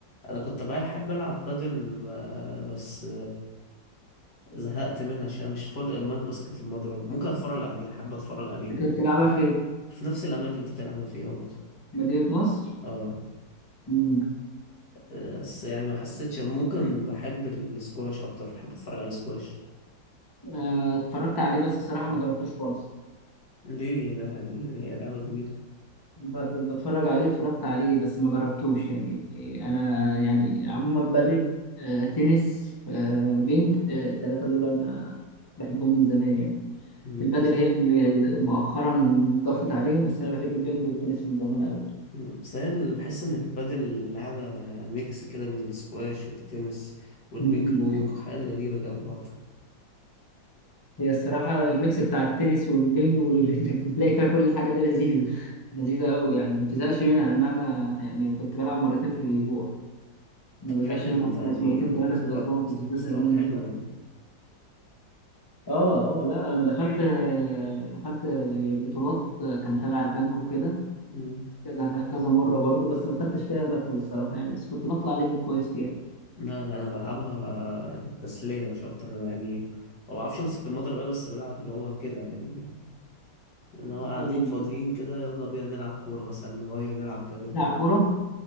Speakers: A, on the left (about 55°); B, on the left (about 20°).
A: انا كنت بقى احب العب بادل آه، بس زهقت منها شوية مش خلق الم- مسكة المضرب ممكن اتفرج عليها حابة اتفرج عليها
B: أنت كنت بتلعبها فين؟
A: في نفس الاماكن انت بتلعبها فيها برضه
B: مدينة نصر؟
A: اه
B: مم.
A: بس يعني ما حسيتش ممكن بحب السكواش اكتر بحب اتفرج على السكواش
B: آه، اتفرجت عليه بس الصراحة ما جربتوش خالص
A: ليه ده يعني هي لعبة جميلة
B: بت- بتفرج عليه اتفرجت عليه بس ما جربتوش يعني إيه، انا يعني عموما بدل آه، تنس آه، بينج آه، التلاتة دول انا بحبهم من زمان يعني
A: مم،
B: البدل
A: بس
B: هي
A: هي
B: اللي مؤخرا ضافت عليهم بس انا بحب البينج والتنس من زمان قوي
A: مم، بس هي ال- بحس ان البادل لعبة ميكس كده بين السكواش والتنس والبينج
B: مم.
A: بونج
B: <laughs>
A: وحاجات غريبة كده في بعض
B: هي الصراحة الميكس بتاع التنس والبينج واللي <laughs> بتلاقي فيها كل حاجة ده لذيذ لذيذة قوي يعني ما بتزهقش منها مهما يعني كنت بلعب مرتين في الأسبوع ما
A: طب
B: بزهقش
A: حلو
B: منها
A: ده انت يعني
B: خالص مرتين ثلاثة
A: مستواك
B: في الأسبوع ما كنتش بزهق
A: مستواك
B: منها
A: حلو يعني
B: اه اه لا انا دخلت دخلت بطولات كان تبع البنك وكده
A: مم.
B: كذا كذا مره برضو بس ما خدتش فيها مركز الصراحه يعني بس كنت بطلع ليفل كويس فيها
A: لا لا انا بلعبها للتسليه مش اكتر انا يعني ما بعرفش امسك المضرب بقى بس بلعب اللي هو كده يعني انا قاعدين
B: يعني
A: فاضيين كده يلا بينا نلعب كوره مثلا نغير نلعب بادل
B: بتلعب كوره